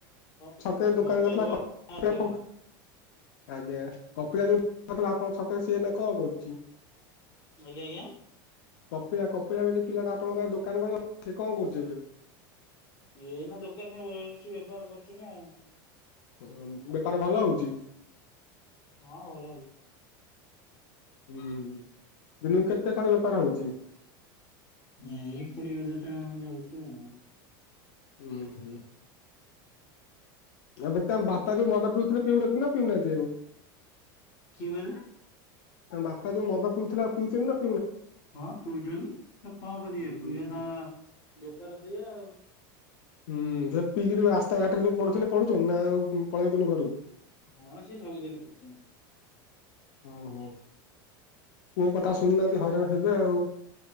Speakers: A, on the left; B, on the left.
A: ହ
B: ଛକ ରେ ଦୋକାନଥିଲା।
A: ବର୍ଷା ଜୋର ସିଆଡେ
B: <inaudible> ଆଜ୍ଞା କପିଳା ଯୋଉଥିଲା ଆପଣଙ୍କ ଛକରେ ସିଏ ଏଇନା କ'ଣ କରୁଛି।
A: ଆଜ୍ଞ, ଆଜ୍ଞା।
B: କପିଳା, କପିଳା ବୋଲି ପିଲାଟା ଆପଣଙ୍କ ଗାଁରେ ଦୋକାନ କରିନଥିଲା ସେ କ'ଣ କରୁଛି ଏବେ।
A: ଇଏ ଏଇନା ଦୋକାନରେ ବଉଛି ବେପାର କରୁଛି ନା ଆଉ।
B: ହଁ ବେପାର ଭଲ ହଉଛି।
A: ହଁ ଭଲ ହଉଛି।
B: ହୁଁ, ହୁଁ ଦିନକୁ କେତେ କ'ଣ ବେପାର ହଉଛି।
A: ଏଇ କୁଡ଼ିଏ ହଜାର ଟଙ୍କା ଖଣ୍ଡେ ହଉଛି ଆଉ।
B: ହୁଁ, ହୁଁ। ଏବେ ତାଙ୍କ ବାପା ଯଉ ମଦ ପିଉଥିଲେ ପିଉ ନଥିଲେ ନା ପିଉନାହାନ୍ତି ଆଉ।
A: କି ବେଇଲେ।
B: ତାଙ୍କ ବାପା ଯୋଉ ମଦ ପିଉଥିଲା ଆଉ ପିଉଚନା।
A: ହଁ ପିଉଚନ୍ତି କଣ କରିବେ
B: ହୁଁ
A: ପିଇବେ
B: ହୁଁ।
A: ତାଙ୍କ ବେପାର ସେଇଆ ଆଉ।
B: ହୁଁ ସେ ପିଇକି ଯ ରାସ୍ତାଘାଟରେ ଯୋଉ ପଢୁଥିଲେ ପଢୁଚନ୍ ନା ଆଉ ପଳେଇଚନ୍ତିି ଘରକୁ।
A: ହଁ ସିଏ ସବୁଦିନ ପରଚନ୍ତ।
B: ହଉ ହ। କୋଉ କଥା ଶୁଣିନାହାନ୍ତି ହଇରାଣ ହେବେ ଆଉ।